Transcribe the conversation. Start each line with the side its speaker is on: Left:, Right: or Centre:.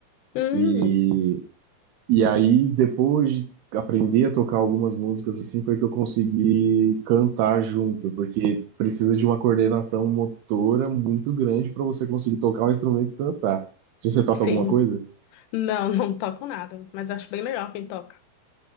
Left: Hum,
Right: E e aí, depois de aprender a tocar algumas músicas assim, foi que eu consegui cantar junto, porque precisa de uma coordenação motora muito grande para você conseguir tocar um instrumento e cantar. Se você toca
Left: sim.
Right: alguma coisa?
Left: Não, <laughs> não toco nada, mas acho bem legal quem toca.